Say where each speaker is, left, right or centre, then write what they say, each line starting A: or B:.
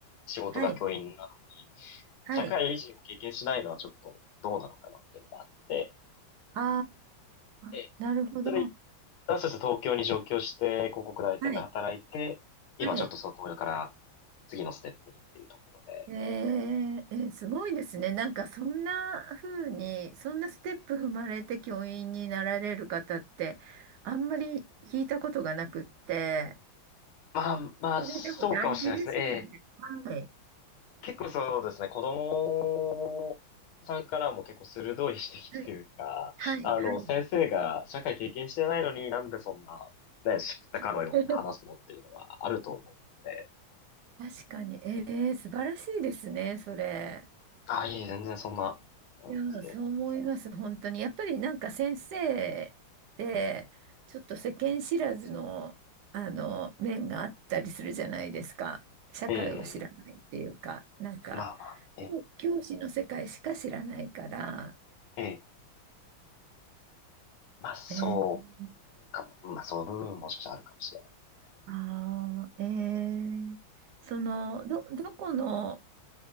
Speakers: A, on the left (about 85°); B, on the right (about 70°).
A: 仕事が教員なのに、
B: はい、はい。
A: 社会人を経験しないのはちょっとどうなのかなっていうのがあって、
B: あ
A: ええ、
B: あ、なるほど。
A: それで、私たち東京に上京して、広告代理店で働いて、
B: はい、
A: 今ちょっとそこから
B: はい。
A: 次のステップにっていうところで。
B: えー、えーすごいですね。なんかそんな風に、そんなステップ踏まれて教員になられる方って、あんまり聞いたことがなくって、
A: まあまあ、
B: それでも大事ですよね。
A: そうかもしれないですね。ええ
B: はい。<clears throat>
A: 結構そうですね、子供さんからも結構鋭い指摘というか、
B: はい、はい、
A: あの、
B: はい。
A: 先生が社会経験してないのになんでそんな、ね、知ったかのように話すのっていうのはあると思うので、
B: <laughs> 確かに。えー、素晴らしいですね、それ。
A: あ、いえ、全然そんな、なんですけれども。
B: いやー、そう思います、本当に。やっぱりなんか先生ってちょっと世間知らずの、あの面があったりするじゃないですか。社会を知らないっていうか、
A: ええ、
B: なんか、
A: まあまあ、ええ、
B: でも教師の世界しか知らないから、
A: ええ、まあそ
B: えー、
A: うかも、まあそういう部分ももしかしたらあるかもしれません。
B: あー、えー、その、ど、どこの、